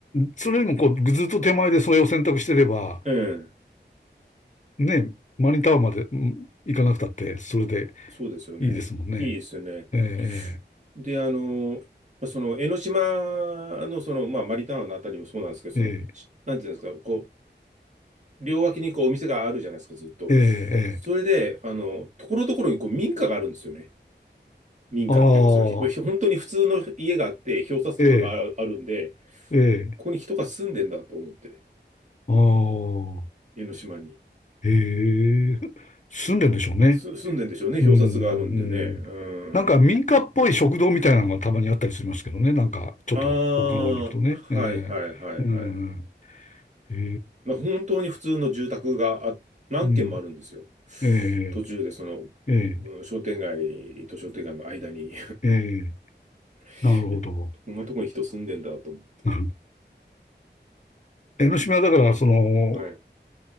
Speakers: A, on the left; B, on the right.
A: それよりも、こう、ずっと手前でそれを選択してれば、
B: うん。
A: ね、マニタワーまでうん行かなくたって、それで
B: そうですよね。
A: いいですもんね。
B: いいですよね。
A: ええ、
B: で、あの、まあその江ノ島の、その、まあ、マリターナのあたりもそうなんですけど、その、
A: ええ、
B: しなんていうんですか、こう、両脇にこうお店があるじゃないですか、ずっと。
A: ええ、ええ、
B: それで、あの、ところどころにこう民家があるんですよね。民家っていうか、
A: ああ、
B: その、ひ <laughs> 本当に普通の家があって、表札とかがああるんで、
A: ええ、ええ、
B: ここに人が住んでんだと思って、
A: ああ、
B: 江ノ島に。
A: ええ、住んでんでしょうね。
B: す、住んでんでしょうね、
A: うん、
B: 表札があるんでね。
A: うん。
B: う
A: なんか民家っぽい食堂みたいなのがたまにあったりしますけどね。
B: ん。
A: なんか、ちょっと奥の方に行くとね。
B: ああ、はいはいはいはい。
A: ええ、うん、ええ、
B: まあ、本当に普通の住宅があ、何軒もあるんですよ。
A: うん、ええ、
B: 途中でその、うん
A: ええ、
B: 商店街と商店街の間に
A: ええ、
B: <laughs>
A: なるほど。
B: こんなとこに人住んでんだと思
A: <laughs> 江ノ島だから、その、
B: う。はい。